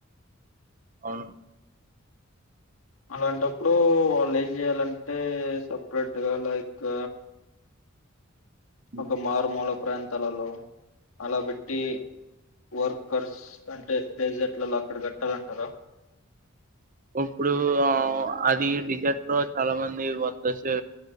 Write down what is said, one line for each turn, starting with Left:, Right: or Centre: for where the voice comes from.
Right: అవును
Left: అలాంటప్పుడు వాళ్ళు ఏం చేయాలంటే సపరేట్గా లైక్
Right: హ్మ్.
Left: ఒక మారు మూళ ప్రాంతాలలో అలా పెట్టి వర్కర్స్ అంటే డెజర్ట్లలో అక్కడ కట్టాలంటారా
Right: ఇప్పుడు ఆ అది డిజెట్ లో చాలా మంది వద్ద సే